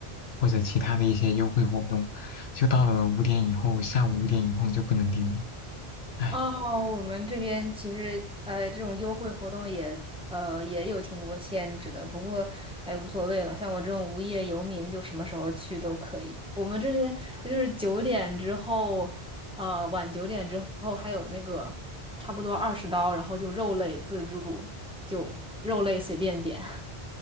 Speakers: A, on the left; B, in the centre.
A: 或者其他的一些优惠活动，就到了五点以后，下午五点以后就不能点了，哎。
B: 哦，我们这边其实呃，这种优惠活动也呃也有挺多限制的，不过哎无所谓了，像我这种无业游民就什么时候去都可以。我们这边就是九点之后，呃晚九点之后还有那个差不多二十刀，然后就肉类自助，就肉类随便点。